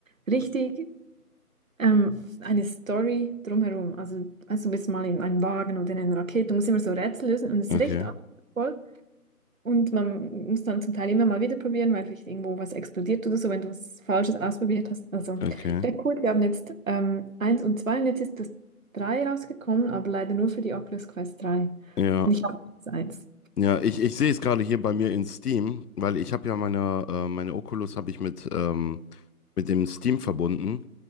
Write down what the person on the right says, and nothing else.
richtig ähm, eine Story drumherum. Also, also du bist mal in einem Wagen oder in einer Rakete, du musst immer so Rätsel lösen und es
ist recht anspruchsvoll. Und man muss dann zum Teil immer mal wieder probieren, weil vielleicht irgendwo was explodiert oder so, wenn du was Falsches ausprobiert hast. Also,
recht cool. Wir haben jetzt ähm, eins und zwei und jetzt ist das drei rausgekommen, aber leider nur für die Oculus Quest drei
Und ich habe das eins.